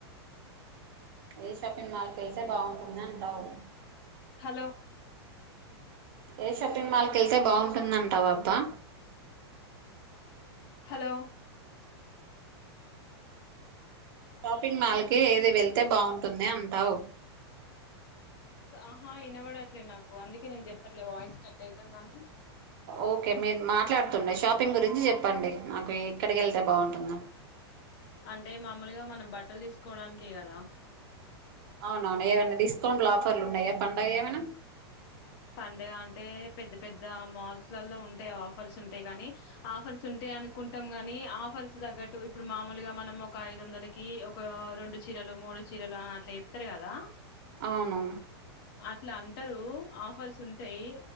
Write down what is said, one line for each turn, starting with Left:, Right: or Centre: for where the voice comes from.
Right: ఏ షాపింగ్ మాల్ కి వెళ్తే బాగుంటుంది అంటావు
Left: హలో
Right: ఏ షాపింగ్ మాల్ కి వెళ్తే బాగుంటుందంటావ్ అబ్బా
Left: హలో
Right: షాపింగ్ మాల్ కి ఏది వెళ్తే బాగుంటుంది అంటావు
Left: హా హా ఇనబడట్లే నాకు అందుకే నేను చెప్పట్లే వాయిస్ కట్ అవుతుందని
Right: ఓకే మీరు మాట్లాడుతుండే షాపింగ్ గురించి చెప్పండి నాకు ఎక్కడికి వెళ్తే బాగుంటుందో
Left: అంటే మామూలుగా మనం బట్టలు తీసుకోవడానికే కదా
Right: అవునవును ఏమైనా డిస్కౌంట్లు ఆఫర్లు ఉన్నాయా పండగ ఏమైనా
Left: పండగ అంటే పెద్ద పెద్ద మాల్సల్ల ల్లా ఉంటాయి ఆఫర్స్ ఉంటాయి కాని ఆఫర్స్ ఉంటాయి అనుకుంటాం కాని ఆఫర్స్ తగ్గట్టు ఇప్పుడు మామూలుగా మనం ఒక ఐదు వందలకి ఒక రెండు చీరలు మూడు చీరలు ఆ అట్లా చెప్తారు కదా
Right: అవును
Left: అట్ల అంటారు ఆఫ్ ఫర్స్ ఉంటయి